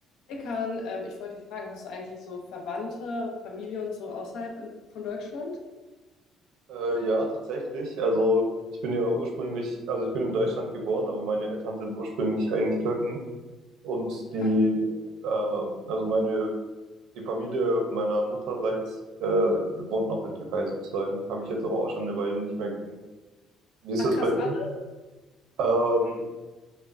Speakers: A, on the left; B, on the right.
A: Ekan, ähm, ich wollte dich fragen, hast du eigentlich so Verwandte, Familie und so außerhalb in, von Deutschland?
B: Äh, ja, tatsächlich. Also ich bin ja ursprünglich, also ich bin in Deutschland geboren, aber meine Eltern sind ursprünglich eigentlich Türken. Und die,
A: Ja,
B: ähm, also meine, die Familie meiner Mutterseits äh, wohnt auch in Türkei sozusagen. Habe ich jetzt aber auch schon eine Weile nicht mehr gesehen. Wie
A: Ach
B: ist das
A: krass,
B: bei dir?
A: alle.
B: Ähm,